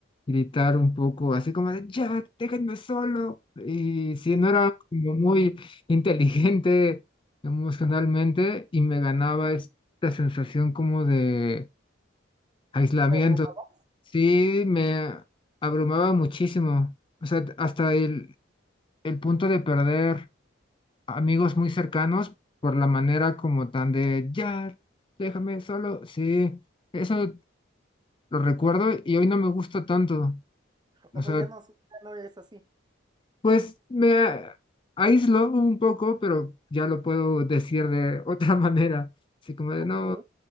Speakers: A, on the left; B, on the right.
A: gritar un poco, así como de, ya, déjenme solo. Y si no era como muy <laughs> inteligente emocionalmente y me ganaba esta sensación como de aislamiento.
B: ¿Te abrumaba?
A: Sí, me abrumaba muchísimo, o sea, hasta el el punto de perder amigos muy cercanos por la manera como tan de, ya, déjame solo. Sí, eso lo recuerdo y hoy no me gusta tanto.
B: O
A: O
B: sea,
A: sea,
B: ya no, s- ya no eres así.
A: pues me a- aíslo un poco, pero ya lo puedo decir de otra <laughs> manera. Así como de,
B: Ok.
A: no,